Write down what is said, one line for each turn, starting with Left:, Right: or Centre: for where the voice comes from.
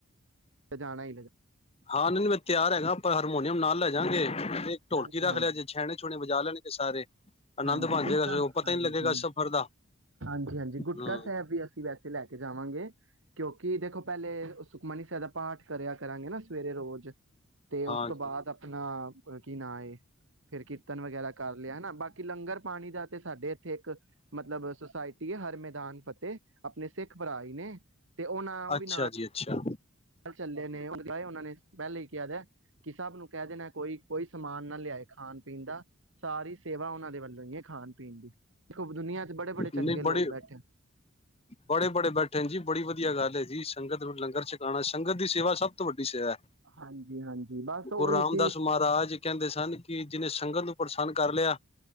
Right: ਜਾਣਾ ਹੀ
Left: ਹਾਂ ਨਈ ਨਈ ਹੈ ਮੈਂ ਤਿਆਰ ਹੈਗਾ ਪਰ ਹਰਮੋ ਨਈ ੳਹਨੁੰ ਨਾਲ ਲੈ ਜਾਾਂਗੇ ਇੱਕ ਢੋਲਕੀ
Right: ਹਾਂਜੀ
Left: ਰੱਖ
Right: ਹਾਂਜੀ
Left: ਲਿਆ ਜੇ ਛੇਣੇ ਛੁਣੇ ਜਾ ਲੈਣਗੇ ਸਾਰੇ ਆਨੰਦ
Right: ਹਾਂਜੀ
Left: ਬਣ
Right: ਗੁਟਕਾ
Left: ਜਾਏਗਾ ਪਤਾ
Right: ਹਾਂਜੀ
Left: ਹੀ ਨਹੀਂ ਲੱਗੇਗਾ ਸਫ਼ਰ ਦਾ
Right: ਹਾਂਜੀ ਹਾਂਜੀ ਗੁਟਕਾ
Left: ਹਮ
Right: ਸਾਹਿਬ ਵੀ ਅਸੀਂ ਵੈਸੇ ਲੈ ਕੇ ਜਾਵਾਂਗੇ ਕਿਉਂਕਿ ਦੇਖੋ ਪਹਿਲੇ ਸੁਖਮਨੀ ਸਾਹਿਬ ਦਾ ਪਾਠ ਕਰਿਆ ਕਰਾਂਗੇ ਨਾ ਸਵੇਰੇ ਰੋਜ਼ ਤੇ ਉਸ
Left: ਹਾਂ
Right: ਤੋਂ ਬਾਅਦ ਆਪਣਾ ਕੀ ਨਾਂ ਏ ਫਿਰ ਕੀਰਤਨ ਵਗੈਰਾ ਕਰ ਲਿਆ ਨਾ ਬਾਕੀ ਲੰਗਰ ਪਾਣੀ ਦਾ ਤੇ ਸਾਡੇ ਇੱਥੇ ਇੱਕ ਮਤਲਬ ਸੋਸਾਇਟੀ ਏ ਹਰ ਮੈਦਾਨ ਫਤ ਤੇ ਆਪਣੇ ਸਿੱਖ ਭਰਾ ਈ ਨੇ ਤੇ ਉਹ ਨਾ ਉਹ
Left: ਅੱਛਾ
Right: ਵੀ ਨਾਲ
Left: ਜੀ ਅੱਛਾ
Right: ਚੱਲੇ ਨੇਏ ਉਹਨਾਂ ਨੇ ਪਹਿਲੇ ਹੀ ਕਿਹਾ ਦਾ ਕਿ ਸਭ ਨੂੰ ਕਹਿ ਦੇਣਾ ਕੋਈ ਕੋਈ ਸਮਾਨ ਨਾ ਲਿਆਏ ਖਾਣ ਪੀਣ ਦਾ ਸਾਰੀ ਸੇਵਾ ਉਹਨਾਂ ਦੇ ਵੱਲੋਂ ਹੀ ਏ ਖਾਣ ਪੀਣ ਖੁਬ ਦੁਨੀਆਂ ਚੋ ਬੜੇ ਬੜੇ ਚੰਗੇ
Left: ਨਹੀਂ
Right: ਲੋਗ
Left: ਬੜੀ
Right: ਬੈਠੇ
Left: ਬੜੇ ਬੜੇ ਬੈਠੇ ਨ ਜੀ ਬੜੀ ਵਧੀਆ ਗੱਲ ਹੈ ਜੀ ਸੰਗਤ ਨੂੰ ਲੰਗਰ ਛਕਾਉਣਾ ਸੰਗਤ ਦੀ ਸੇਵਾ ਸਭ ਤੋਂ ਵੱਡੀ ਨਿਛੇਆ
Right: ਹਾਂਜੀ-ਹਾਂਜੀ ਬਸ ਉਹੀ
Left: ਗੁਰੂ ਰਾਮਦਾਸ
Right: ਸੀ
Left: ਮਹਾਰਾਜ ਕਹਿੰਦੇ ਸਨ ਕਿ ਜਿਹਨੇ ਸੰਗਤ <inaudible> ਪਰੇਸ਼ਾਨ ਕਰ ਲਿਆ